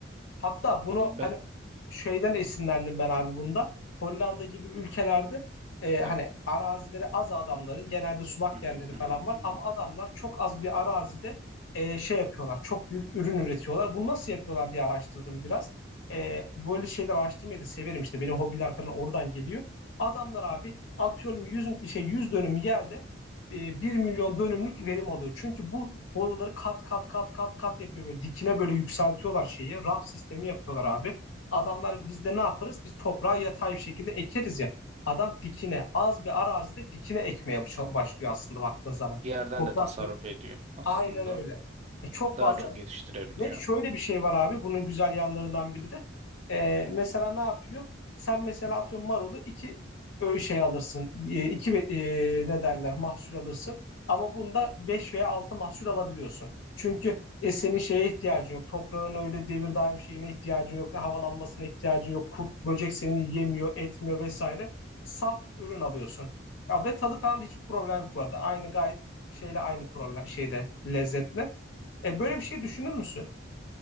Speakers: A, on the left; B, on the right.
A: Hatta
B: Anladım
A: bunu
B: ben.
A: hani şeyden esinlendim ben abi bunda. Hollanda gibi ülkelerde e, hani
B: Evet.
A: arazileri az adamların genelde sulak
B: Hı hı
A: yerleri
B: hı
A: falan
B: hı
A: var
B: hı. hı.
A: ama adamlar çok az bir arazide e, şey yapıyorlar. Çok büyük ürün üretiyorlar. Bunu nasıl yapıyorlar diye araştırdım biraz. E, böyle şeyler araştırmayı da severim işte. Benim hobiler falan oradan geliyor. Adamlar abi atıyorum 100 şey 100 dönüm yerde e, 1 milyon dönümlük verim alıyor. Çünkü bu boruları kat kat kat kat kat yapıyor böyle dikine böyle yükseltiyorlar şeyi. Raf sistemi yapıyorlar abi. Adamlar biz de ne yaparız? Biz toprağı yatay bir şekilde ekeriz ya. Adam dikine az bir arazide dikine ekmeye baş- başlıyor aslında baktığın zaman.
B: Yerden
A: Toprak
B: de tasarruf
A: değil.
B: ediyor aslında.
A: Aynen öyle. E, çok
B: Daha
A: fazla
B: çok yetiştirebiliyor.
A: ve şöyle bir şey var abi bunun güzel yanlarından biri de. Ee, mesela ne yapıyor? Sen mesela atıyorum marulu iki ö- şey alırsın. e, iki e, ne derler mahsul alırsın. Ama bunda 5 veya 6 mahsul alabiliyorsun. Çünkü e, senin şeye ihtiyacın yok. Toprağın öyle devir daim şeyine ihtiyacın yok. Havalanmasına ihtiyacın yok. Kurt, böcek seni yemiyor, etmiyor vesaire. Saf ürün alıyorsun. Ya, ve tadı falan da hiç problem yok bu arada. Aynı gayet şeyle aynı problem şeyde lezzetle. E, böyle bir şey düşünür müsün?